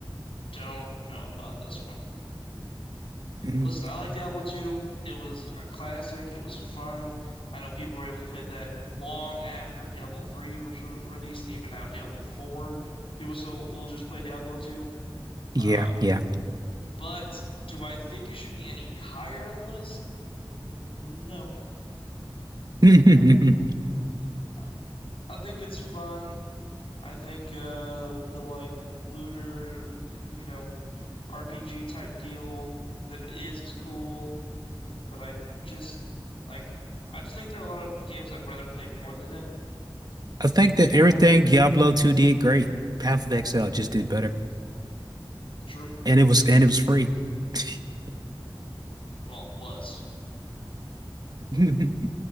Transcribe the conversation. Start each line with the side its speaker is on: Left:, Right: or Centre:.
Left: don't know about this one.
Right: Mm,
Left: Listen, I like Diablo 2. It was a classic. It was fun. I know people were able to play that long after Diablo 3 was re released, and even now Diablo 4. People still will just play Diablo 2. Um,
Right: yeah, yeah.
Left: But do I think it should be any higher on the list? No,
Right: <laughs> I
Left: I don't. I I think it's fun. I think uh the like looter, you know, RPG type deal that it is is cool, but I just like I just think there are a lot of games I'd rather play more than it
Right: think
Left: in general.
Right: that everything Diablo 2 did great. Path of Exile just did better.
Left: True.
Right: And it was and it was free. <laughs>
Left: Well, was.
Right: I